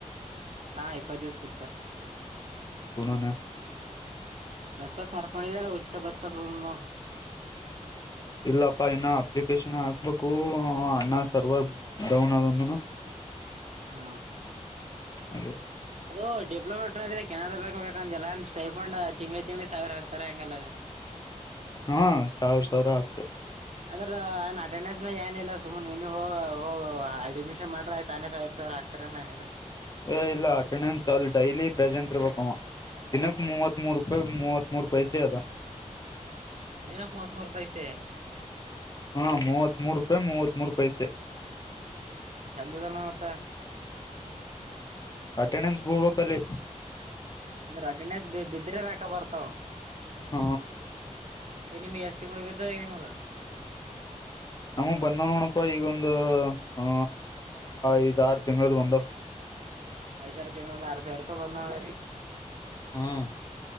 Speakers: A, on the right (about 60°); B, on the left (about 30°).
A: ಹಾ ಇಪ್ಪತ್ತು ದಿವಸ ಕೊಡ್ತಾರೆ.
B: ಕುಣನೆ.
A: ಬಸ್ ಪಾಸ್ ಮಾಡ್ಕೊಂಡಿದರ ಉಚಿತ ಬಸ್ ಪಾಸ್ ಬಂದ ನೋಡು.
B: ಇಲ್ಲಪ್ಪಾ ಇನ್ನು ಅಪ್ಲಿಕೇಶನ್ ಹಾಕ್ಬೇಕು ಅಣ್ಣ ಸರ್ವರ್ ಡೌನ್ ಅದಂದನು.
A: ಹಾ ಹಾ.
B: ಅದೆ.
A: ಅದು ಡಿಪ್ಲೊಮಾ <unintelligible> ಕೆನಾರ ಬ್ಯಾಂಕ್ ಬೇಕ ಅಂತ ಎಲ್ಲ ಅ ಸ್ಟೈಫೊಂಡ್ ತಿಂಗಳ ತಿಂಗ್ಳ ಸಾವಿರ ಹಾತಾರ ಹೆಂಗಲ್ಲ ಅದು.
B: ಹ್ಮ ಸಾವರ ಸಾವರ ಹಕ್ತಾರ.
A: ಅದ್ರ ನನ್ ಅಟೆಂಡೆನ್ಸ್ ಮ್ಯಾಗ ಏನಿಲ್ಲ ಸುಮ್ ನೀನ ಹೋಗೋಗ ಅಡ್ಮಿಷನ್ ಮಾಡ್ರ ಆಯತ ತಾನೇ ಸಾವಿರ ಸಾವಿರ ಆಗ್ತ. ಹತ್ರ ನ.
B: ಹೆ ಇಲ್ಲ ಅಟೆಂಡೆನ್ಸ್ ಅಲ್ಲಿ ಡೈಲಿ ಪ್ರೆಸೆಂಟ್ ಇರ್ಬೇಕ ಅವ ದಿನಕ್ ಮೂವತ್ ಮೂರು. ಬೈ ಮೂವತ್ ಮೂರು ಪೈಸೆ ಅದಾ.
A: ದಿನಕ್ ಮೂವತ್ ಮೂರು ಪೈಸೆ.
B: ಹಾ ಮೂವತ್ ಮೂೂರು ರೂಪಾಯಿ ಮೂವತ್ ಮೂರು ಪೈಸೆ.
A: ಚಂದದನ ಮಾತ.
B: ಹ್ಮ್ ಅಟೆಂಡೆನ್ಸ್ ಬಿಲ್ಲಬೇಕ ಅಲ್ಲಿ.
A: ಅಂದ್ರೆ ಅಟೆಂಡೆನ್ಸ್ ಬಿದ್ದ ಬಿದ್ರೆ ರಕ ಬರ್ತಾವ.
B: ಹ
A: ಎ ನಿಮಗೆ ಎಸ್ಟ್ ತಿಂಗಳ ಬಿದ್ದವ ನಿಮಗ ಈಗ.
B: ನಮಗ್ ಬಂದವ್ ನೋಡಪ್ಪಾ ಈಗೊಂದು ಆ ಐದ್ ಆರು ತಿಂಗಳ್ದ ಬಂದವ್.
A: ಐದ ಆರ ತಿಂಗಳ ದ್ದ ಆರ ಸಾವರ ರೂಪಾಯಿ ಬಂದವ ಹಂಗಾರೆ.
B: ಹ್ಮ್ಮ್.